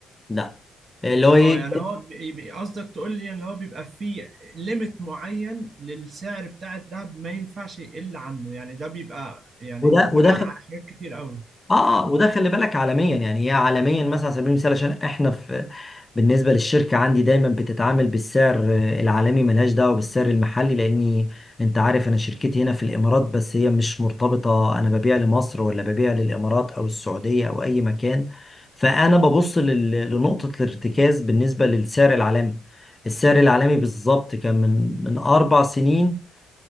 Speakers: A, on the left (about 20°); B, on the right (about 45°).
A: لا اللي هو ايه
B: اه يعني هو بي- بي- قصدك تقول لي ان هو بيبقى فيه ليميت معين للسعر بتاع الدهب ما ينفعش يقل عنه يعني ده بيبقى يعني
A: وده
B: بناء
A: وده
B: على حاجات كتير قوي
A: اه اه وده خلي بالك عالميا يعني هي عالميا مثلا على سبيل المثال عشان احنا في بالنسبه للشركه عندي دايما بتتعامل بالسعر آه، العالمي ملهاش دعوه بالسعر المحلي لاني انت عارف انا شركتي هنا في الامارات بس هي مش مرتبطه انا ببيع لمصر ولا ببيع للامارات او السعوديه او اي مكان فانا ببص لل- لنقطه الارتكاز بالنسبه للسعر العالمي السعر العالمي بالظبط كان من من اربع سنين